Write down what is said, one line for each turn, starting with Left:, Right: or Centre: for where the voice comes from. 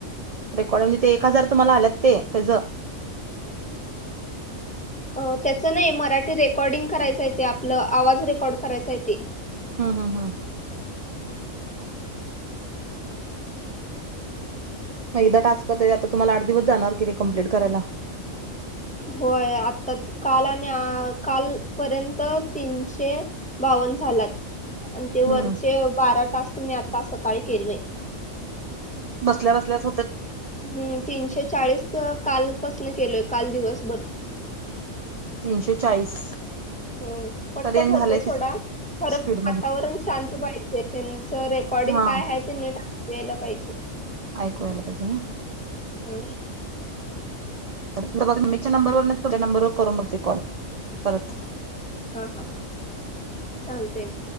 Right: रेकॉर्ड म्हणजे ते एक हजार तुम्हाला आलेत ते त्याच
Centre: अ त्याचं नाही मराठी रेकॉर्डिंग करायच येते आपलं आवाज रेकॉर्ड करायच ते.
Right: हम् हम् हम्. मग एकदा टास्क ताई आता तुम्हाला आठ दिवस जाणार कि ते कमप्लीट करायला?
Centre: होय आता काल आ आणि काल पर्यंत तीनशे बाव पण झालात. आणि ते
Right: हम्म
Centre: वरचे बारा टास्क मी आता सकाळी केलोय.
Right: बसल्या बसल्याच होत्यात.
Centre: हम्म तीनशे चाळीस कालपासन केलोय काल दिवसभर.
Right: तीनशे चाळीस.
Centre: हम्म पटपट
Right: तरी आणि
Centre: होतेय
Right: झालंय
Centre: सोडा
Right: की
Centre: खरण
Right: स्पीडमध्ये
Centre: वातावरण शांत पाहिजे तेन. रेकॉर्डिंग
Right: हा
Centre: काय आहे ते नीट <unintelligible> पाहिजे.
Right: ऐकूयला पाहिजे ना?
Centre: हम्.
Right: <unintelligible> मम्मीच्या नंबरवरूनच तुमच्या नंबर वर करून बघते कॉल परत.
Centre: हा-हा चालतय.